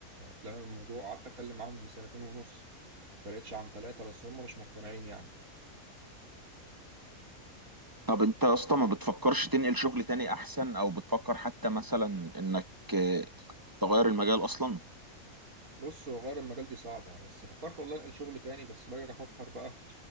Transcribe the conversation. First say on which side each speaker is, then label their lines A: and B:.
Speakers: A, on the right; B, on the right.
A: لمم الموضوع قعدت اتكلم معاهم من سنتين ونص فرقتش عن ثلاثه بس هم مش مقتنعين يعني
B: طب انت اصلا ما بتفكرش تنقل شغل تاني احسن او بتفكر حتى مثلا انك اه، تغير المجال اصلا
A: بص هو غير المجال دي صعبه بس فكرت والله انقل شغل تاني بس باجي افكر بقى